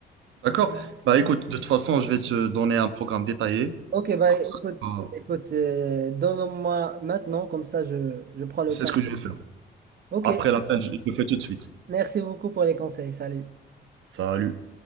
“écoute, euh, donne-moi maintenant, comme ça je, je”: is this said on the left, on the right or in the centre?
Right